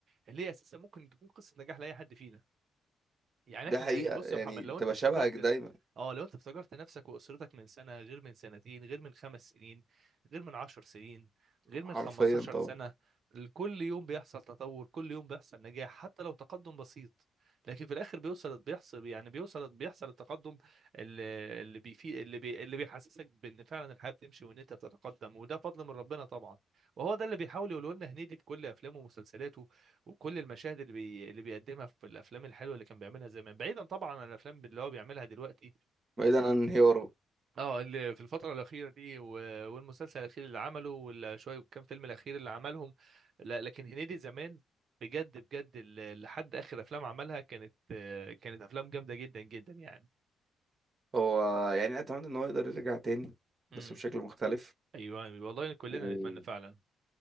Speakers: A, on the right; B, on the right.
A: اللي هي اساسا ممكن تكون قصه نجاح لاي حد فينا يعني
B: ده
A: احنا
B: حقيقة
A: بص
B: يعني
A: يا محمد لو
B: بتبقى
A: انت افتكرت
B: شبهك دايما
A: اه لو انت افتكرت نفسك واسرتك من سنه غير من سنتين غير من خمس سنين غير من عشر سنين غير
B: حرفيا
A: من خمستاشر
B: طبعا
A: سنه كل يوم بيحصل تطور كل يوم بيحصل نجاح حتى لو تقدم بسيط لكن في الاخر بيوصل بيحصل يعني بيوصل بيحصل التقدم اللي اللي بيفي اللي بي اللي بيحسسك بان فعلا الحياه بتمشي وان انت بتتقدم وده فضل من ربنا طبعا وهو ده اللي بيحاول يقوله لنا هنيدي في كل افلامه ومسلسلاته وكل المشاهد اللي بي... اللي بيقدمها في الافلام الحلوه اللي كان بيعملها زمان بعيدا طبعا عن الافلام اللي هو بيعملها دلوقتي
B: بعيدا عن انهياره
A: اه اللي في الفتره الاخيره دي و... والمسلسل الاخير اللي عمله والشويه كام فيلم الاخير اللي عملهم لا لكن هنيدي زمان بجد بجد ال- لحد اخر افلام عملها كانت آه، كانت افلام جامده جدا جدا يعني
B: هو يعني أتمنى إن هو يقدر يرجع تاني بس
A: امم
B: بشكل مختلف
A: ايوه والله كلنا
B: ويعني
A: نتمنى فعلا